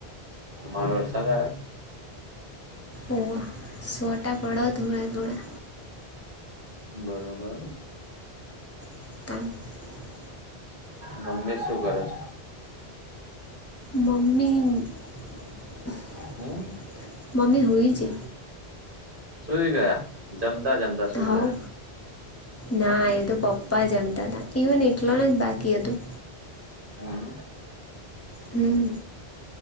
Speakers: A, on the right; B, on the left.
A: મારો સાદાર.
B: ઓ છોટા પડો થોડાે-થોડા.
A: બરોબર.
B: <inaudible>
A: મમ્મી શું કરે છે.
B: મમ્મી <inaudible>
A: હમ
B: મમ્મી હો છે.
A: સુઈ ગયા. જમ તા સુઈ
B: હવ
A: ગયા
B: ના એ તો પપ્પા જમતા હતા એકલોને જ બાકી હતું
A: હમ.
B: હમ